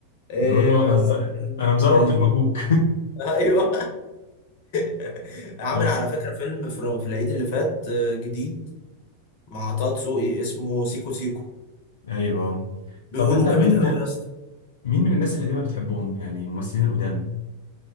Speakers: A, on the left; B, on the left.
A: إيه
B: بيقول له انا ز... انا مزروت
A: اللي...
B: المكوك
A: <laughs> ايوه <laughs> عامل
B: <laughs> أو-
A: على فكره فيلم في في العيد اللي فات آه، جديد مع طه دسوقي اسمه سيكو سيكو
B: ايوه
A: بيقولوا
B: طب انت مين
A: جامد قوي يا اسطى
B: مين من الناس القديمة بتحبهم يعني الممثلين القدام